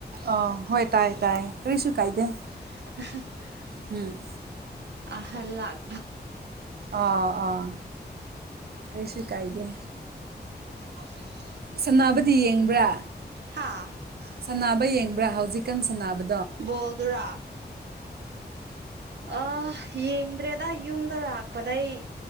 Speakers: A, on the right; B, on the right.
A: ꯑ ꯍꯣꯏ ꯇꯥꯏꯌꯦ ꯇꯥꯏꯌꯦ ꯀꯔꯤꯁꯨꯨ ꯀꯥꯏꯗꯦ
B: <unintelligible>
A: ꯎꯝ
B: ꯑꯍꯜꯂꯥꯛ
A: ꯑꯥ ꯑꯥ ꯀꯩꯁꯨ ꯀꯥꯏꯗꯦ
B: ꯆꯂꯣ
A: ꯁꯥꯟꯅꯕꯗꯤ ꯌꯦꯡꯕ꯭ꯔꯥ
B: ꯍꯥꯥ
A: ꯁꯥꯟꯅꯕ ꯌꯦꯡꯕ꯭ꯔꯥ ꯍꯧꯖꯤꯛꯀꯥꯟ ꯁꯥꯟꯅꯕ
B: ꯕꯣꯜꯗꯨꯔꯥ ꯑꯍ ꯌꯦꯡꯗ꯭ꯔꯦꯗ ꯌꯨꯝꯗ ꯂꯥꯛꯄꯗꯩ